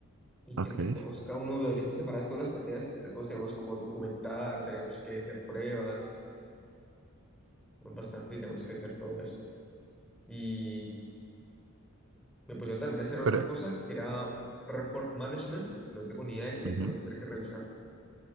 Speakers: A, in the centre; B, on the right (about 65°).
A: y
B: Ok.
A: que entre todos, cada uno ya están separadas todas las tareas y entre todos tenemos como documentar, tenemos que hacer pruebas, bueno, bastante y tenemos que hacer todo eso. Y Me pusieron también a hacer otra
B: Pero,
A: cosa que era report management. No tengo ni idea de qué es,
B: ujú.
A: también tendré que revisar